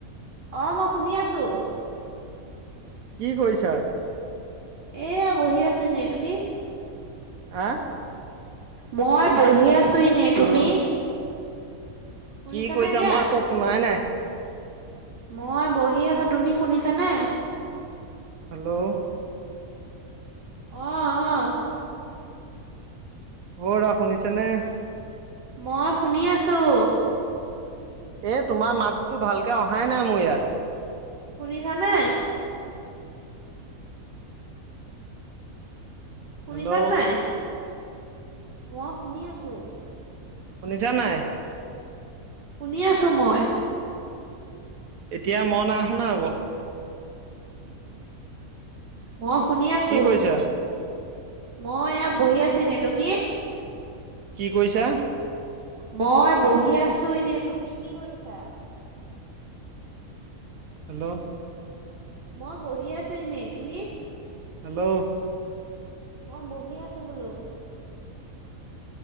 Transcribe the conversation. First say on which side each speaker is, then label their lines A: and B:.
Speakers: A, on the right; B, on the right.
A: অঁ, মই শুনি আছো।
B: কি কৰিছা?
A: এয়া বহি আছো এনেই, তুমি?
B: আঁহ।
A: মই বহি আছো এনেই, তুমি?
B: হেল্ল'
A: শুনিছানে
B: কি কৈছা
A: এতিয়া
B: মই একো শুনাই নাই।
A: মই বহি আছো তুমি শুনিছানে
B: হেল্ল'
A: অ অ
B: অ ৰা শুনিছে নে
A: মই শুনি আছোঁ
B: এই তোমাৰ মাতটো ভালকে অহাই নাই মোৰ ইয়াত
A: শুনিছানে শুনিছান
B: হেল্ল'
A: নাই অ শুনি আছো
B: শুনিছা নাই
A: শুনি আছোঁ মই
B: এতিয়া ম নাইশুনা ক
A: ম শুনি আছো
B: কি কৰিছা
A: মই ইয়া বহি আছো এনে তুমি
B: কি কৈছা
A: মই বহি আছো এনেই তুমি কি কৰিছা
B: হেল্ল'
A: মই বহি আছো এনেই তুমি
B: হেল্ল'
A: মই বহি আছো বোলো